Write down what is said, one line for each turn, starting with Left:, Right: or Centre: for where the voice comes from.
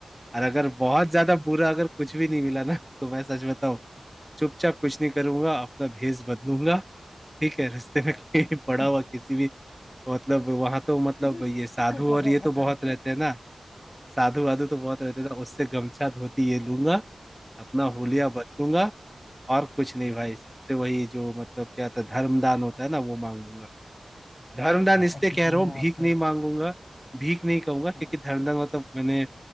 Centre: और अगर बहुत ज्यादा बुरा अगर कुछ भी नहीं मिला ना तो मैं सच बताऊं चुपचाप कुछ नहीं करूंगा अपना भेष बदलूंगा ठीक है <laughs> रास्ते में
Left: हाँ,
Centre: कहीं पड़ा
Left: हाँ,
Centre: हुआ किसी भी मतलब वहां तो मतलब
Left: <laughs>
Centre: ये साधु
Left: कटोरा
Centre: और ये
Left: पकड़
Centre: तो बहुत
Left: के
Centre: रहते हैं ना साधु वाधु तो बहुत रहते हैं ना उससे गमछा धोती ये लूंगा
Left: हाँ
Centre: अपना हुलिया
Left: हाँ
Centre: बदलूंगा और कुछ नहीं भाई
Left: हाँ
Centre: सबसे वही जो मतलब क्या था धर्मदान होता है ना वो मांगूंगा धर्मदान
Left: हाँ और
Centre: इसलिए
Left: किसी
Centre: कह रहा
Left: ने
Centre: हूँ
Left: आपसे
Centre: भीख नहीं मांगूंगा भीख नहीं कहूंगा क्योंकि
Left: हाँ
Centre: धर्मदान मतलब मैंने